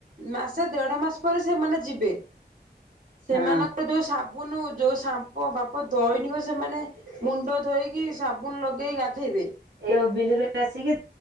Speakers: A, on the right (about 50°); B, on the right (about 80°).
A: ମା ସେ ଦେଢ ମାସ ପରେ ସେମାନେ ଯିବେ ସେମାନଙ୍କର
B: ହଁ
A: ଯୋଉ ସାବୁନ ଯୋଉ ଶାମ୍ ପ ବାପ ଦୈନିକ ସେମାନେ ମୁଣ୍ଡ ଧୋଇକି ସାବୁନ ଲଗେଇ ଗାଧେଇବେ।
B: ଏ ଯୋଉ ବିଲୁରୁ ଆସିକି